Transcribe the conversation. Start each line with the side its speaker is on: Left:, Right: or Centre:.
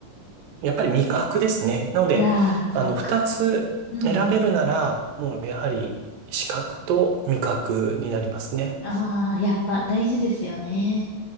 Right: ー、やっぱり味覚ですね。なので、
Left: いやー、そうか。
Right: あの、二つ選べるなら、
Left: うんうん
Right: もうやはり視覚と味覚になりますね。
Left: ああー、やっぱ大事ですよね。